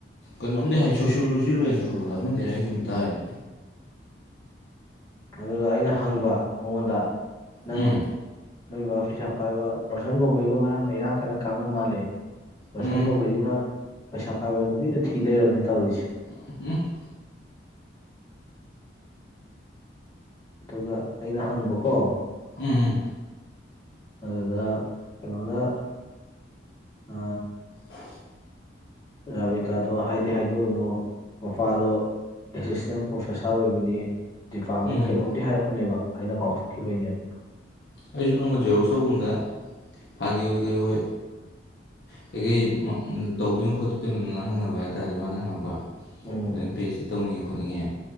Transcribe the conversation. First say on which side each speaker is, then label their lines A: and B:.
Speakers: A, on the left; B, on the left.
A: ꯀꯩꯅꯣꯝꯗꯤ ꯍꯥꯏ ꯁꯣꯁꯤꯌꯣꯂꯣꯖꯤꯔꯣ ꯑꯦꯟꯊ꯭ꯔꯣꯔꯣ ꯑꯃꯗꯤ ꯍꯥꯏꯒꯨꯝ ꯇꯥꯏꯅꯤ
B: ꯑꯗꯨꯗ ꯑꯩꯅ ꯍꯪꯕ ꯃꯉꯣꯟꯗ ꯅꯪ
A: ꯎꯝ
B: ꯅꯣꯏꯕꯕꯥ ꯐꯩꯁꯥ ꯄꯥꯏꯕ ꯔꯣꯁꯟ ꯀꯨꯝꯍꯩꯒ ꯃꯔꯝ ꯑꯃ ꯏꯔꯥꯡ ꯀꯟꯅ ꯀꯥꯞꯅ ꯃꯥꯜꯂꯤ ꯃꯁꯪꯒꯨꯝꯍꯩꯁꯤꯅ
A: ꯎꯝ
B: ꯄꯩꯁꯥ ꯄꯥꯏꯕ ꯅꯨꯄꯤꯗ ꯊꯤ ꯂꯩꯔꯕꯅꯤ ꯇꯧꯔꯤꯁꯦ
A: <unintelligible>
B: ꯑꯗꯨꯒ ꯑꯩꯅ ꯍꯪꯕꯀꯣ
A: ꯎꯝ
B: ꯑꯗꯨꯗ ꯀꯩꯅꯣꯅ ꯑ
A: ꯑ
B: ꯔꯥꯕꯤꯦꯇꯥꯗꯣ ꯍꯥꯏꯗꯤ ꯍꯥꯏꯗꯣꯛꯎꯨꯅꯨ ꯃꯄꯥꯗꯣ ꯑꯦꯁꯤꯁꯇꯦꯟ ꯄ꯭ꯔꯣꯐꯦꯁꯥꯔ ꯑꯣꯏꯕꯅꯤ ꯗꯤꯄꯥꯔꯠꯃꯦꯟ
A: ꯎꯝ
B: ꯀꯩꯅꯣꯝꯇ ꯍꯥꯏꯔꯛꯄꯅꯦꯕ ꯑꯩꯅ ꯀꯥꯎꯊꯣꯛꯈꯤꯕꯩꯅꯦꯕ
A: ꯑꯩꯁꯨ ꯅꯣꯡꯃ ꯖꯦꯔꯣꯛꯁ ꯇꯧꯧꯕꯗ ꯐꯥꯒꯤ ꯑꯣꯏ ꯀꯩ ꯑꯣꯏ ꯀꯩꯀꯩ ꯇꯧꯗꯣꯏꯅꯣ ꯈꯣꯠꯇꯣꯏꯅꯣꯅ ꯍꯪꯅꯕ ꯍꯥꯏꯇꯥꯔꯦ ꯃꯥꯅ ꯍꯪꯉꯛꯄ
B: ꯎꯝ
A: ꯑꯗꯨꯝ ꯄꯦꯁꯇꯤ ꯇꯧꯅꯤꯡꯉꯦ ꯈꯣꯠꯅꯤꯡꯉꯦ